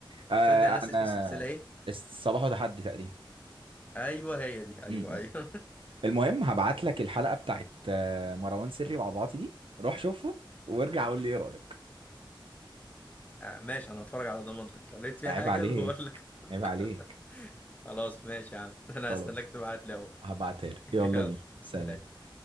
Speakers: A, on the right; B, on the left.
A: آه
B: تصدق الناس
A: انا
B: اسم السلسلة ايه
A: الصباح وتحدي تقريبا
B: ايوه هي دي ايوه
A: امم
B: ايوه <laughs>
A: المهم هبعت لك الحلقة بتاعت آه، مروان سري وعبعاطي دي روح شوفها وارجع قول لي ايه رأيك
B: آه، ماشي انا هتفرج على ضمانتك لو لقيت فيها
A: عيب
B: حاجة
A: عليك
B: انا بقول لك
A: عيب
B: <laughs>
A: عليك
B: خلاص ماشي يا عم <laughs> انا
A: خلاص
B: هستناك تبعت لي اهو
A: هبعتها لك
B: <laughs>
A: يلا
B: يلا
A: بينا
B: سلام
A: سلام